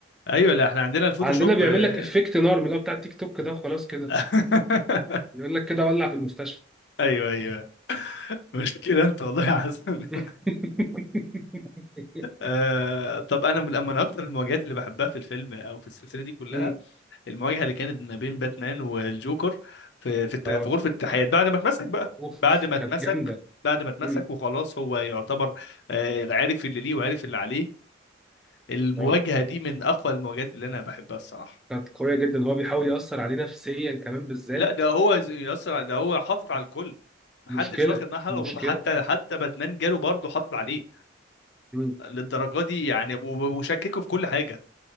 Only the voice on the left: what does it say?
ايوه لا احنا عندنا الفوتوشوب
آه.
<laughs>
ايوه ايوه مشكله انت والله يا حسن
<laughs> آه طب انا من من اكتر المواجهات اللي بحبها في الفيلم او في السلسله دي كلها
المواجهه اللي كانت ما بين باتمان والجوكر في في الت-
في غرفه التحقيقات بعد ما اتمسك بقى
بعد ما
اتمسك
بعد ما اتمسك
وخلاص هو يعتبر آه، عارف اللي ليه وعارف اللي عليه المواجهه
دي من اقوى المواجهات اللي انا بحبها الصراحه
لا ده هو ز- يسرع ده هو حاطط على الكل محدش
واخد معاه حلوه
وبط- حتى حتى باتمان جاله برضه حاطط عليه
للدرجه دي يعني و- وشككه في كل حاجه